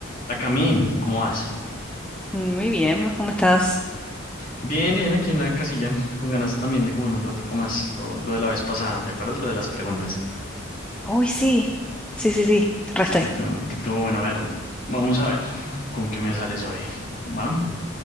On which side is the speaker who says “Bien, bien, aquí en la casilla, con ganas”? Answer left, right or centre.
Left